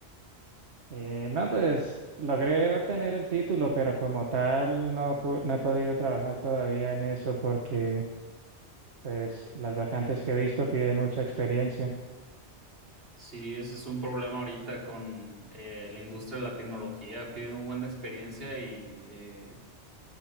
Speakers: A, on the right; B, on the right.
A: Eh, no, pues logré obtener el título, pero como tal no, pu- no he podido trabajar todavía en eso porque pues las vacantes que he visto piden mucha experiencia.
B: Sí, ese es un problema ahorita con eh, la industria de la tecnología. Piden un buen de experiencia y eh,